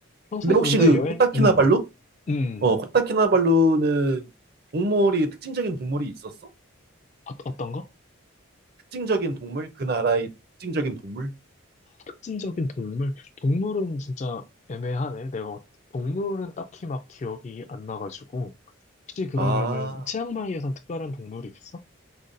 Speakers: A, on the left (about 35°); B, on the right (about 50°).
A: 평소에도
B: 근데 혹시
A: 근데
B: 그
A: 여행,
B: 코타키나발루?
A: 음, 음,
B: 어,
A: 음. 어,
B: 코타키나발루는 동물이 특징적인 동물이 있었어?
A: 어떤 거?
B: 특징적인 동물? 그 나라의 특징적인 동물?
A: 특징적인 동물? 동물은 진짜 애매하네. 내가, 어- 동물은 딱히 막 기억이 안 나가지고. 혹시 그러면은,
B: 아,
A: 치앙마이에선 특별한 동물이 있어?